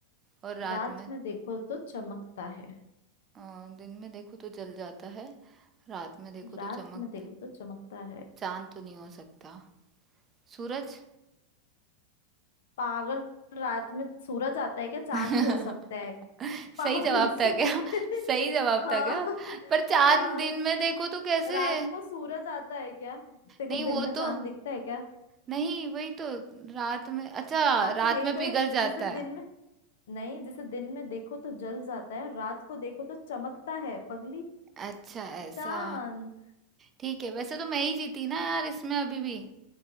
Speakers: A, on the right (about 30°); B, on the left (about 70°).
A: और रात
B: रात
A: में
B: में देखो तो चमकता है
A: अ, दिन में देखो तो जल जाता है रात में देखो
B: रात
A: तो चमक
B: में देखो तो चमकता है
A: चांद तो नहीं हो सकता सूरज
B: पागल रात में सूरज आता है क्या चांद
A: <laughs>
B: ही हो सकता है पागल
A: सही जवाब
B: सी
A: था
B: <laughs>
A: क्या सही जवाब
B: हाँ
A: था क्या पर चांद
B: हाँ
A: दिन में देखो तो कैसे
B: रात को सूरज आता है क्या देखो
A: नहीं
B: दिन
A: वो
B: में चांद
A: तो
B: दिखता है क्या
A: नहीं वही तो रात में अच्छा
B: हाँ
A: रात
B: तो यही
A: में
B: तो
A: पिघल
B: है
A: जाता
B: जिसे
A: है
B: दिन में नहीं जिसे दिन में देखो तो जल जाता है और रात को देखो तो चमकता है पगली
A: अच्छा ऐसा
B: चांद
A: ठीक है वैसे तो मैं ही जीती ना यार इसमें अभी भी